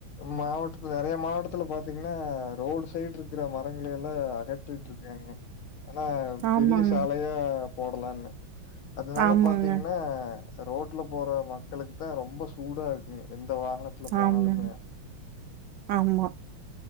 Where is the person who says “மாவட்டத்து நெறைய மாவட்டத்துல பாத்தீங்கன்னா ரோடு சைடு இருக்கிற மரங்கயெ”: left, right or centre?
Left